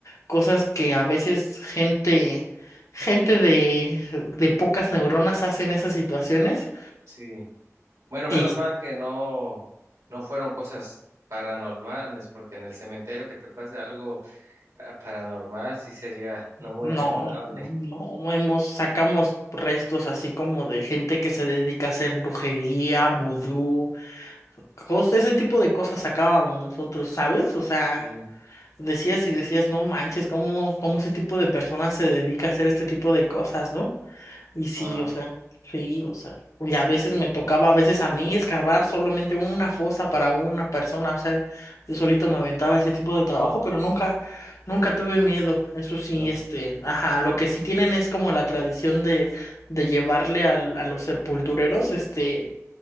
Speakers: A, on the left; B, on the right.
A: cosas que a veces gente, gente de, de pocas neuronas hace en esas situaciones,
B: sí. Bueno, menos
A: y sí,
B: mal que no, no fueron cosas paranormales, porque en el cementerio que te pase algo Ah, Paranormal sí sería no muy
A: no,
B: agradable.
A: no
B: <laughs>
A: hemos, sacamos restos así como de gente que se dedica a hacer brujería, vudú cos- ese tipo de cosas sacábamos nosotros, ¿sabes? O sea,
B: Sí,
A: decías y decías, no manches, ¿cómo, cómo ese tipo de personas se dedica a hacer este tipo de cosas, ¿no? Y sí,
B: wow,
A: o sea, sí, o sea. Y
B: sí,
A: a veces
B: sí,
A: me tocaba,
B: sí,
A: a veces a mí, escarbar solamente una fosa para una persona. O sea, yo solito me aventaba ese tipo de trabajo, pero nunca, nunca tuve miedo. Eso sí,
B: no.
A: este, ajá, lo que sí tienen es como la tradición de, de llevarle al, a los sepultureros, este,